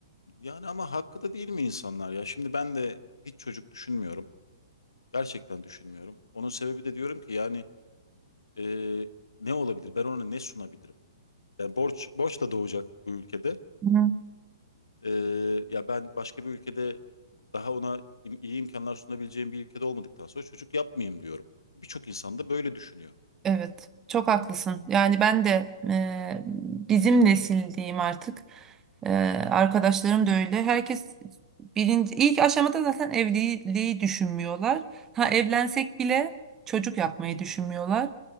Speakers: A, on the left; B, on the right.
A: Yani ama hakkı da değil mi insanlar ya? Şimdi ben de hiç çocuk düşünmüyorum. Gerçekten düşünmüyorum. Onun sebebi de diyorum ki yani e, ne olabilir? Ben ona ne sunabilirim? Yani borç borç da doğacak bu ülkede.
B: Hı.
A: Ee, ya ben başka bir ülkede daha ona im- iyi imkanlar sunabileceğim bir ülkede olmadıktan sonra çocuk yapmayayım diyorum. Birçok insan da böyle düşünüyor.
B: Evet, çok haklısın. Yani ben de e, bizim nesil diyeyim artık. E, arkadaşlarım da öyle. Herkes birinci ilk aşamada zaten evliliği düşünmüyorlar. Ha evlensek bile çocuk yapmayı düşünmüyorlar.